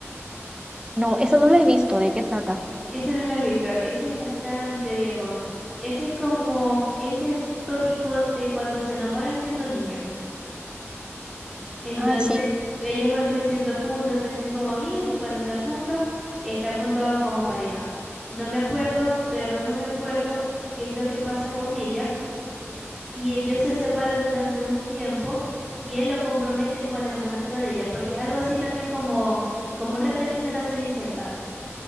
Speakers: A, on the right; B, in the centre.
A: No, esa no la he visto, ¿de qué trata?
B: Ese no lo he visto, ese es bastante viejo. Ese es como ese tópico de cuando se enamoran siendo niños. Entonces,
A: Ay, sí.
B: ellos van creciendo juntos, crecen como amigos y cuando están juntos, están juntos como pareja. No me acuerdo, de verdad no me acuerdo qué es lo que pasa con ella. Y ellos se separan durante un tiempo y él lo comprometen con la hermanastra de ella, porque es algo así también como, como un retelling de la Cenicienta.